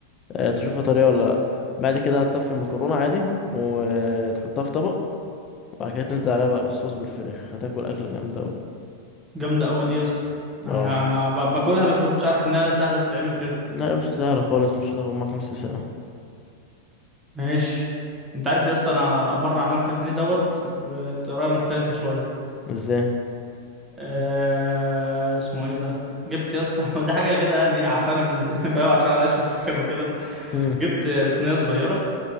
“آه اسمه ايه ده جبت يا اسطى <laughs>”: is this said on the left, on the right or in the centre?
Right